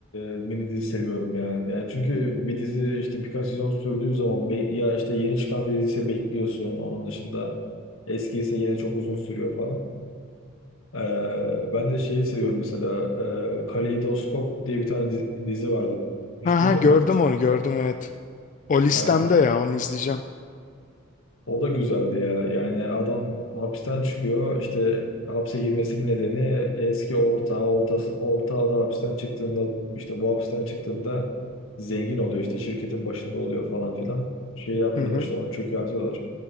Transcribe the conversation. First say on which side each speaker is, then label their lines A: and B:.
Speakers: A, on the left; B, on the left.
A: e, mini dizi seviyorum yani. Yani çünkü bir dizi işte birkaç sezon sürdüğü zaman be- ya işte yeni çıkan bir diziyse bekliyorsun. Onun dışında eski ise yine çok uzun sürüyor falan. Ee, ben de şeyi seviyorum mesela e, Kaleidoskop diye bir tane dizi, dizi vardı. Hiç
B: Ha
A: duydun
B: ha gördüm
A: mu?
B: onu gördüm evet. O listemde
A: Yani
B: ya onu izleyeceğim.
A: O da güzeldi ya. Yani adam hapisten çıkıyor. İşte hapse girmesinin nedeni eski ortağı, orta, ortağı da hapisten çıktığında işte bu hapisten çıktığında zengin oluyor işte şirketin başında oluyor falan filan. Şey yapıyorlar
B: Hı hı.
A: işte onu çökertiyorlar.